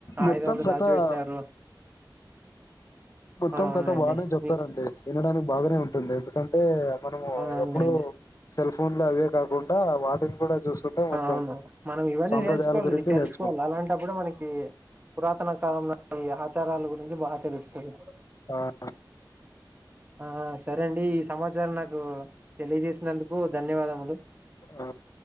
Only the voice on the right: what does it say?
ఆయుధళ్లు
దాచిపెట్టినారు
అవునవునులేండి
మీకు
అవునవునులేండి
అవును మనం ఇవన్నీ
నేర్చుకోవాలండి
తెలుసుకోవాలి
అలాంటప్పుడు మనకి పురాతన కాలంంలో ఈ ఆచారాల గురించి బాగా తెలుస్తుంది
ఆ సరే అండి ఈ సమాచారం నాకు తెలియజేసినందుకు ధన్యవాదములు